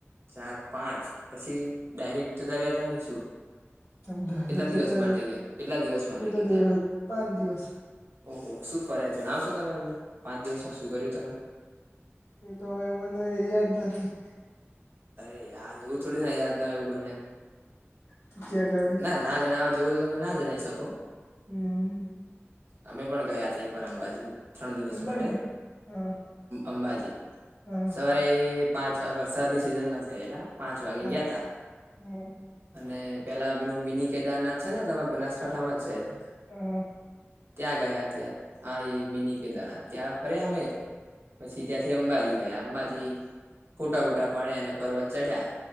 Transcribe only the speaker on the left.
તમ ડાયરેક
જતા
કેટલા
દિવસ
પાંચ દિવસ
એ તો હવે મને યાદ નથી.
તું ક્યાં કરે
હમ
અંબાજી
હા
હા
હા
હા
હા